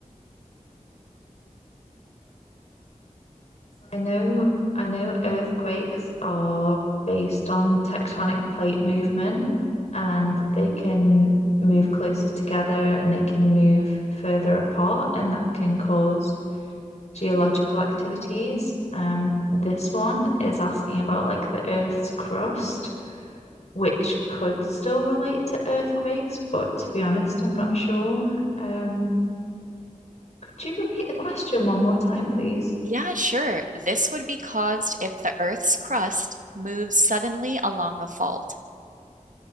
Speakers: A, on the left; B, on the right.
A: I know, I know earthquakes are based on tectonic plate movement and they can move closer together and they can move further apart and that can cause geological activities. Um, this one is asking about like the Earth's crust, which could still relate to earthquakes, but to be honest, I'm not sure. Um, could you repeat the question one more time, please?
B: Yeah, sure. This would be caused if the Earth's crust moves suddenly along a fault.